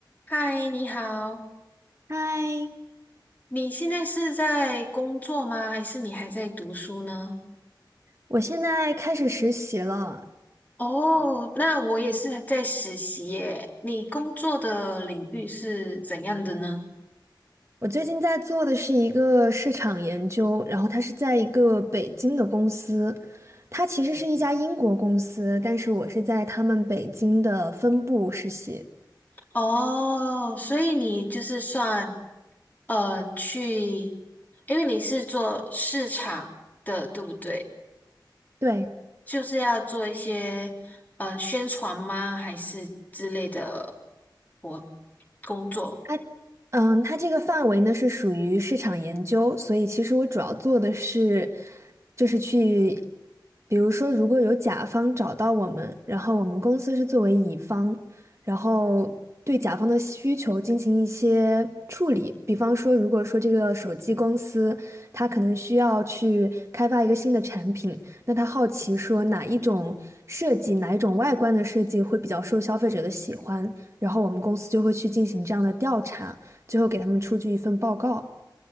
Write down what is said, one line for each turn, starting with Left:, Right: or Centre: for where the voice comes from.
Left: 嗨，你好，
Right: 嗨，
Left: 你现在是在工作吗？还是你还在读书呢？
Right: 我现在开始实习了。
Left: 哦，那我也是在实习耶。你工作的领域是怎样的呢？
Right: 我最近在做的是一个市场研究，然后它是在一个北京的公司，它其实是一家英国公司，但是我是在他们北京的分部实习。
Left: 哦，所以你就是算，嗯，去，因为你是做市场的，对不对？
Right: 对，
Left: 就是要做一些，嗯，宣传吗？还是之类的，我工作。
Right: 它嗯，它这个范围呢是属于市场研究，所以其实我主要做的是，就是去，比如说如果有甲方找到我们，然后我们公司是作为乙方，然后对甲方的需求进行一些处理，比方说如果说这个手机公司它可能需要去开发一个新的产品，那他好奇说哪一种设计，哪一种外观的设计会比较受消费者的喜欢，然后我们公司就会去进行这样的调查。最后给他们出具一份报告。